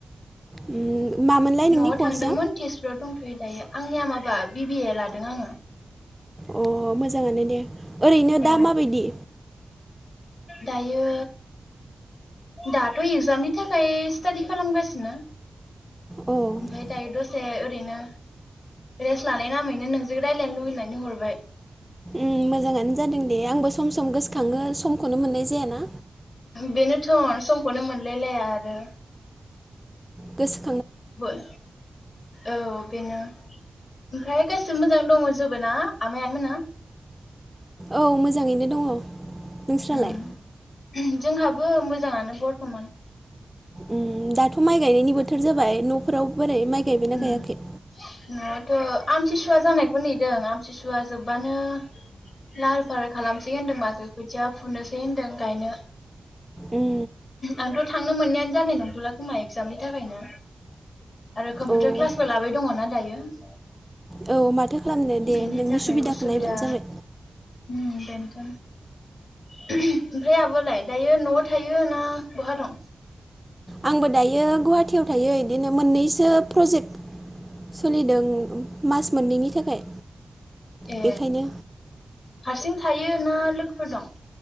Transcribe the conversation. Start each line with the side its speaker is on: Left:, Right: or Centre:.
Centre: उम मामोनलाय नोंनि
Left: न'आव थांदोंमोन
Centre: कर्सआ
Left: तेजपुराव दंथ' थ'यो दायो आंनिया माबा बि बि ए लादों आङो।
Centre: अ मोजाङानो दे ओरैनो
Left: औ
Centre: दा माबायदि?
Left: दायो दाथ' इगजामनि थाखाय स्टाडि खालामगासिनो‌।
Centre: अ उम,
Left: ओमफ्राय दायो दसे ओरैनो रेस्ट लानाय नामैनो नोंजों रायजल्लायनो लुबैनानै हरबाय।
Centre: उम मोजाङानो जादों दे आंबो सम सम गोसोखाङो सम खौनो मोन्नाय जायाना
Left: बेनोथ' समखौनो मोनलायलाया आरो।
Centre: गोसो
Left: बय औ बेनो ओमफ्राय गासिबो मोजां दङ जोबो ना आमाइ आनै मोना?
Centre: औ मोजाङैनो दङ‌। नोंस्रालाय?
Left: उम जोंहाबो मोजाङानो बर्थमान।
Centre: उम दाथ' माइ गायनायनि बोथोर जाबाय न' फोराव बोरै? माइ गायबाइना
Left: उम
Centre: गायाखै?
Left: न'आवथ' आमथिसुवा जानायखौ नेदों आमथिसुवा जोब्बानो लाहार फाहार खालामसै होनदों माथो खोथिया फुनोसै होनदों गायनो।
Centre: उम,
Left: आंथ थांनो मोननायानो जानाय नंथ'ला खोमा एगजामनि थाखायनो। आरो कम्पिउटार
Centre: अ
Left: क्लासबो लाबाय दङ ना दायो ‌।
Centre: औ माथो खालामनो दे
Left: बेनि
Centre: नोंनि
Left: थाखाय
Centre: सुबिदाखौ
Left: उसुबिदा
Centre: नायबानो जाबाय
Left: उम। ओमफ्राय आब'आलाय दायो न'आव थायो ना बहा दं।
Centre: आंबो दायो गुवाहाटियाव थायो बिदिनो मोननैसो प्रजेक्ट सोलिदों मास मोननैनि थाखाय
Left: ए
Centre: बेखायनो
Left: हारसिं थायो ना लोगोफोर दं